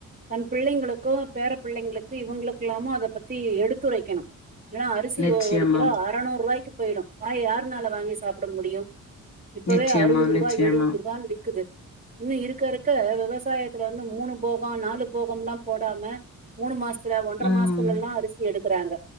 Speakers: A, on the right (about 25°); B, on the left (about 50°).
A: தன் பிள்ளைங்களுகும் பேர பிள்ளைங்களுக்கும் இவங்களுகெல்லாமோ அத பத்தி எடுத்துரைகணும் ஏன்னா அரிசி
B: நிச்சயமா
A: ஒரு கிலோ அறநூரூபாய்க்கு போய்டும் வாய் யாருனால வாங்கி சாப்பிட முடியும் இப்பவே
B: நிச்சயமா,
A: அறுவது ரூபா
B: நிச்சயமா.
A: எழுவது ரூபானு விக் க்குது இன்னும் இருக்க இருக்க விவசாயத்துல வந்து மூணு போகம் நாலு போகம்லா போடாம மூணு மாசம் சில ஒன்றட
B: ம்.
A: மாசதுல ‌ல்லாம் அரிசி எடு ப்றாங்க